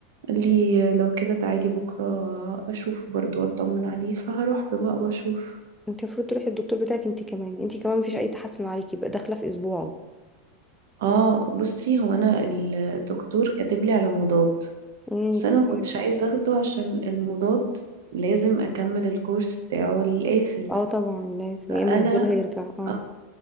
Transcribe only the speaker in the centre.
انت المفروض تروحي الدكتور بتاعك انت كمان انت كمان مفيش اي تحسن عليكي بقى داخله في اسبوعه
امم
طب
حلو
اه طبعا لازم
يا اما الدول هيرجع اه